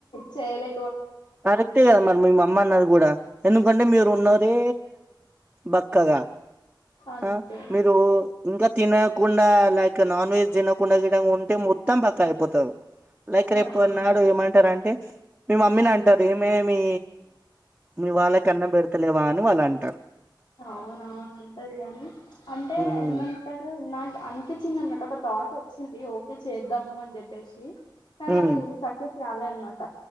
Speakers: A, on the left (about 80°); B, on the right (about 15°).
A: చేయలే
B: కరెక్టే కదా మరి మీ అమ్మ అన్నారు కూడా ఎందుకంటే మీరు ఉన్నదే బక్కగా
A: అంతే
B: ఆ మీరు ఇంకా తినకుండా ల నాన్ వెజ్ దినకుండా గినం ఉంటే మొత్తం బక్కగైపోతారు లైక్ రేపుట్నాడు
A: ఆ.
B: ఏమంటారం టే మీ మమ్మీని అంటారు ఏ మేమి మీ వాళ్ళకన్నం పెడుతలేవా అన్ వాళ్ళంటారు
A: అవునవును అంటారు కనీ అంటే
B: ఉమ్,
A: ఏమంటారు నా అనిపించింది అన్నమాట ఒక థాట్ వచ్చింది ఓకే చేద్దాము అని చెప్పేసి కానీ అది
B: ఉమ్,
A: సక్సెస్ కాలే అనమాట